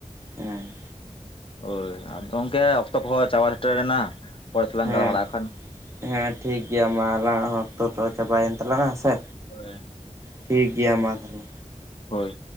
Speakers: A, on the right (about 25°); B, on the left (about 45°).
A: ᱮᱸ᱾
B: ᱳᱭ ᱟᱫᱚ ᱜᱚᱝᱠᱮ ᱚᱠᱛᱚ ᱠᱚᱦᱚᱸ ᱪᱟᱵᱟ ᱴᱮᱨᱮᱱᱟ ᱯᱚᱨᱮ ᱛᱮᱞᱟᱝ
A: ᱦᱮᱸ
B: ᱜᱟᱞᱢᱟᱨᱟᱜ ᱟᱠᱷᱟᱱ᱾
A: ᱦᱮᱸ ᱴᱷᱤᱠ ᱜᱮᱭᱟ ᱢᱟ ᱟᱞᱟᱝ ᱟᱜ ᱦᱚᱸ ᱚᱠᱛᱚ ᱛᱚ ᱪᱟᱵᱟᱭᱮᱱ ᱛᱟᱞᱟᱝᱼᱟ ᱥᱮ?
B: ᱦᱳᱭᱮ᱾
A: ᱴᱷᱤᱠ ᱜᱮᱭᱟ ᱢᱟ ᱛᱟᱦᱞᱮ᱾
B: ᱦᱳᱭ᱾